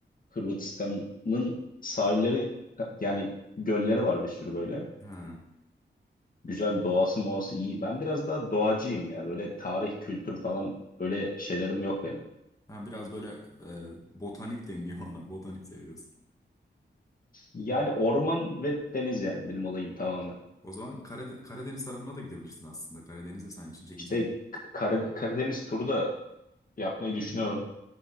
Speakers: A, on the left; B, on the left.
A: Hırvatistan'ın sahilleri yani gölleri var bir sürü böyle.
B: Ha.
A: Güzel doğası moğası iyi. Ben biraz daha doğacıyım ya. Böyle tarih, kültür falan böyle şeylerim yok benim.
B: Ha, biraz böyle e, botanik deniliyor <laughs> ona. Botanik seviyorsun.
A: Yani orman ve deniz yani benim olayım tamamen.
B: O zaman Karade- Karadeniz tarafına da gidebilirsin aslında. Karadeniz de senin için çekici
A: İşte
B: gelir.
A: Kar- Karadeniz turu da yapmayı düşünüyorum.